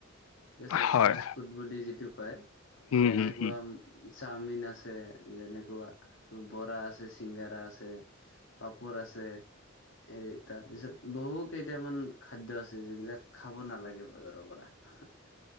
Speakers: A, on the left; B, on the left.
A: ঠিক আছে
B: হয়
A: ফাষ্ট ফুড বুলি যিটো কয়,
B: উম
A: যেনেকুৱা
B: হম হম
A: চাওমিন আছে যেনেকোৱা আৰু বৰা আছে চিংগাৰা আছে পাপৰ আছে। এই তাৰ পিছত বহু কেইটামান খাদ্য আছে যিবিলাক খাব নালাগে বজাৰৰ পৰা। <unintelligible>